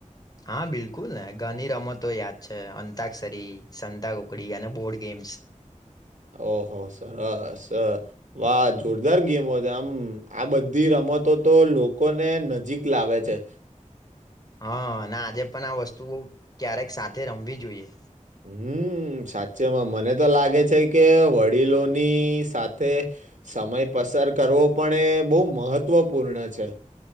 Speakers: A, on the left; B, on the right.
A: હા બિલકુલ ને ઘની રમતો યાદ છે અંતાક્ષસરી સંતા કુકડી અને બોર્ડ ગેમ. <inaudible>
B: ઓહો સરસ. વાહ જોરદાર ગેમો છે આમ આ બધી રમતો તો લોકોને નજીક લાવે. છે.
A: હા અને આજે પણ આ વસ્તુ બોવ ક્યારેક સાથે રમવી જોઈએ.
B: હમ. હમ સાચમાં મને તો લાગે છે કે વડીલોની સાથે સમય પ સર કરવો પણ એ બો મહત્વપૂર્ણ છે.